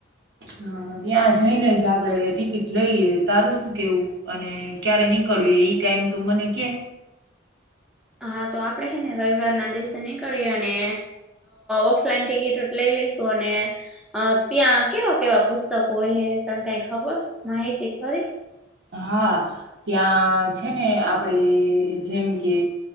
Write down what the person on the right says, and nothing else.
હ ત્યાં જઈને જ આપડે ટિકિટ લઈએ તારું શું કેવું? અને ક્યારે નીકળ્યું એ ટાઈમ તું મને કે?
હા, ત્યાં છે ને આપણે જેમ કે